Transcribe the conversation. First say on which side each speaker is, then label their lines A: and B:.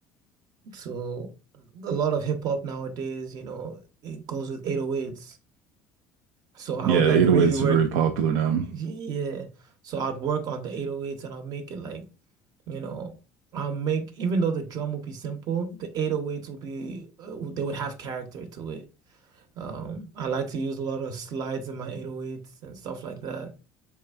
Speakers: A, on the right (about 55°); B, on the right (about 85°).
A: So a lot of hip hop nowadays, you know, it goes with 808s. So I
B: Yeah,
A: would like
B: 808s
A: really work,
B: are very popular now.
A: yeah. So I'd work on the 808s and I'll make it like, you know, I'll make even though the drum will be simple, the 808s will be uh, they would have character to it. Um, I like to use a lot of slides in my 808s and stuff like that.